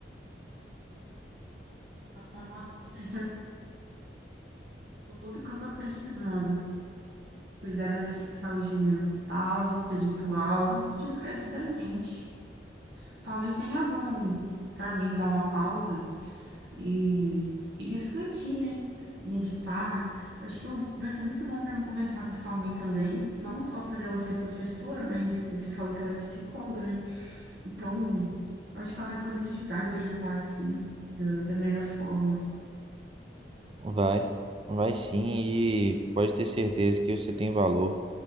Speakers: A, on the right (about 75°); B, on the right (about 30°).
A: Nossa, isso é tudo que eu estou precisando. cuidar da minha saúde mental, espiritual. A gente esquece da gente. Talvez seja bom para mim dar uma pausa e, e refletir, né? Meditar. Acho que eu- vai ser muito bom para mim conversar com sua mãe também, não só por ela ser professora, mas você falou que ela é psicóloga, né? Então, acho que ela vai poder me ajudar, me orientar assim, da, da melhor forma.
B: Vai, vai sim, e pode ter certeza que você tem valor,